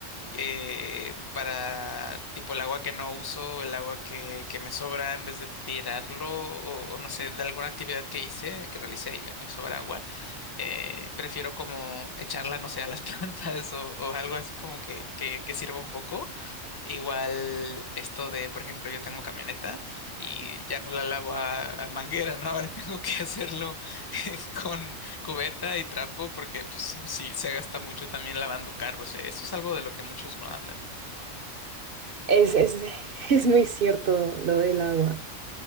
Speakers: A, on the left; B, on the right.
A: eh, para tipo el agua que no uso, el agua que, que me sobra, en vez de tirarlo o, o no sé, de alguna actividad que hice, que realicé y me, me sobra agua, eh, prefiero como echarla, no sé, a las <laughs> plantas o, o algo así como que, que, que sirva un poco. Igual esto de, por ejemplo, yo tengo camioneta y ya no la lavo a, a manguera, ¿no? <laughs> Ahora tengo que hacerlo <laughs> con cubeta y trapo porque pues sí, se gasta mucho también lavando carros, ¿eh? Eso es algo de lo que muchos no hablan.
B: Es, es, es muy cierto lo del agua.